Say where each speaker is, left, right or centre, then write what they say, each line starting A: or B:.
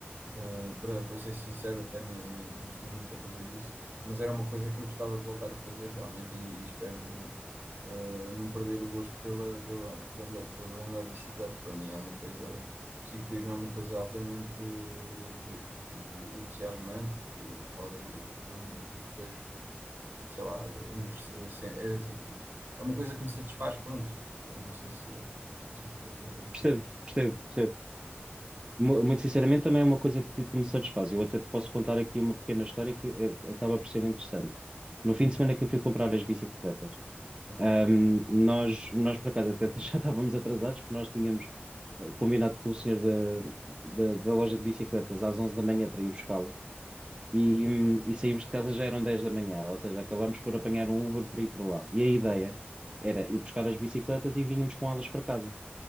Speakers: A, on the right; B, on the right.
A: Uh, para, para ser sincero, até nem, nem, nem costumo nunca fazer isso, mas era uma coisa que eu gostava de voltar a fazer realmente e, e espero uh, não perder o gosto pela, pela, por andar, por andar de bicicleta. Para mim é uma coisa, o ciclismo é uma coisa altamente eh, tipo, entusiasmante e, e na qual eu, eu, eu me vejo, sei lá, é, interess- assim, é, é uma coisa que me satisfaz, pronto. Eu não sei se consigo fazer entender.
B: Percebo, percebo, percebo. Mu- Muito sinceramente, também é uma coisa que, que me satisfaz. Eu até te posso contar aqui uma pequena história que eh, acaba por ser interessante. No
A: Sim,
B: fim de semana que eu fui comprar as bicicletas,
A: sim,
B: ahm, nós, nós por acaso até <laughs> já estávamos atrasados, porque nós tínhamos eh, combinado com o senhor da, da, da loja de bicicletas às 11 da manhã para ir buscá-las. e, hum, e saímos de casa já eram 10 da manhã, ou seja, acabámos por apanhar um Uber para ir para lá. E a ideia era ir buscar as bicicletas e vínhamos com elas para casa.